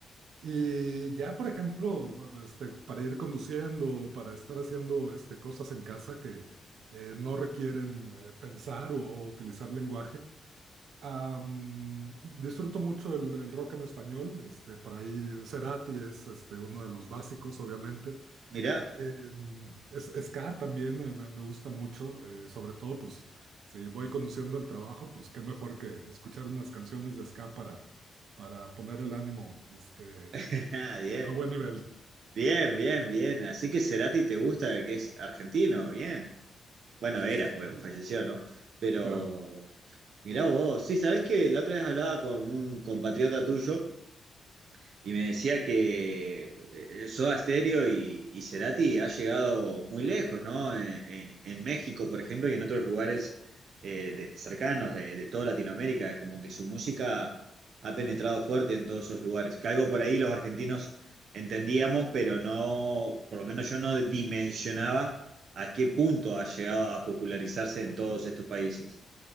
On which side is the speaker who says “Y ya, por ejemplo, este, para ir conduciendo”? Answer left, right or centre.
Right